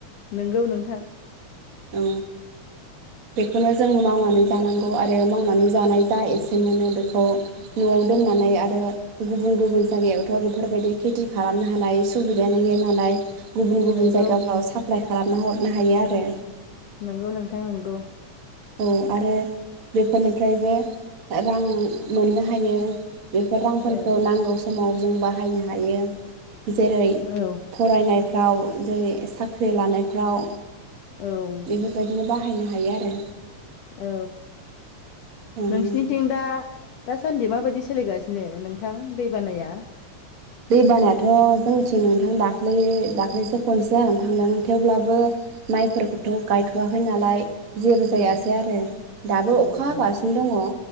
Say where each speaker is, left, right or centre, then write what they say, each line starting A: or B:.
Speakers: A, on the left (about 75°); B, on the right (about 70°).
A: नोंगौ नोंथां
B: औ बेखौनो जों मावनानै जानांगौ आरो मावनानै जानाय जा एसे मोनो बेखौ न'आव दोननानै आरो गुबुन गुबुन जायगायावथ' बेफोरबायदि खेथि खालामनो हानाय सुबिदायानो गैया नालाय गुबुन गुबुन
A: नोंगौ
B: जायगाफ्राव साप्लाय खालामना हरनो हायो आरो
A: नोंगौ नोंथां
B: <inaudible>
A: नोंगौ
B: औ आरो बेफोरनिफ्रायबो रां मोननो हायो बेफोर रांफोरखौ
A: औ
B: नांगौ समाव जों बाहायनो हायो जेरै
A: औ
B: फरायनाय फ्राव जेरै साख्रि लानायफ्राव
A: औ
B: बेफोरबायदिनो बाहायनो हायो आरो
A: औ
B: ओं
A: नोंसिनिथिं दा दासान्दि माबायदि सोलिगासिनो नोंथां दै बानाया
B: दै बानायाथ' जोंथिं नोंथां दाख्लै दाख्लैसो खनसे जानानै थांदों थेवब्लाबो माइफोरखौथ' गायथ'वाखै नालाय जेबो जायासै
A: औ
B: आरो दाबो
A: औ
B: अखा
A: औ
B: हागासिनो
A: औ
B: दङ